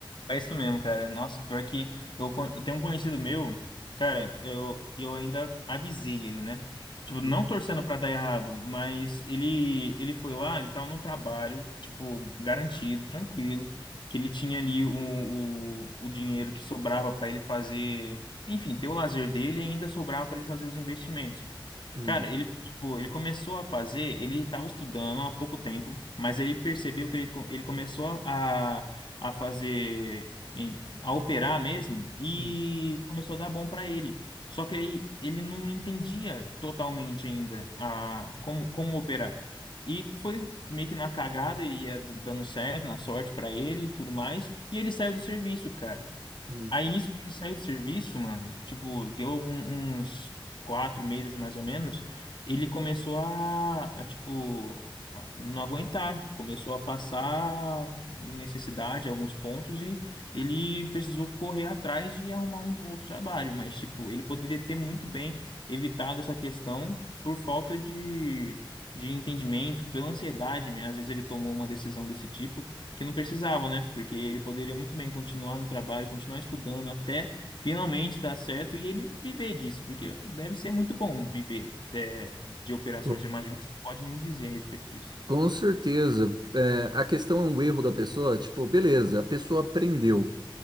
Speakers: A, on the left; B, on the right.
A: É isso mesmo, cara. Nossa, pior que eu, con- eu tenho um conhecido meu, cara, eu, eu ainda avisei ele, né? Tipo, não
B: Hum,
A: torcendo pra dar errado, mas ele ele foi lá, ele tava num trabalho, tipo, garantido, tranquilo, que ele tinha ali o, o, o dinheiro que sobrava pra ele fazer, enfim, ter o lazer dele e ainda sobrava pra ele fazer os investimentos.
B: hum,
A: Cara, ele, tipo, ele começou a fazer, ele estava estudando há pouco tempo, mas ele percebeu que ele, co- ele começou a, a fazer, em- a operar mesmo, e
B: hum,
A: começou a dar bom para ele. Só que ele, ele não entendia totalmente ainda a, como, como operar. E foi meio que na cagada, ele ia d- dando certo, na sorte para ele e tudo mais, e ele saiu do serviço, cara.
B: hum.
A: Aí nisso que ele saiu do serviço, mano, tipo, deu algum- uns quatro meses mais ou menos, ele começou a, a, tipo, a não aguentar, começou a passar necessidade em alguns pontos e ele precisou correr atrás de arrumar um, um outro trabalho, mas, tipo, ele poderia ter muito bem evitado essa questão por falta de, de entendimento, pela ansiedade, né? às vezes ele tomou uma decisão desse tipo que não precisava, né? Porque ele poderia muito bem continuar no trabalho, continuar estudando até finalmente dar certo e ele viver disso, porque deve ser muito bom viver de, de operações.
B: Co-
A: Eu imagino que você pode me dizer a respeito disso.
B: Com certeza. É, a questão é um erro da pessoa, tipo, beleza, a pessoa aprendeu.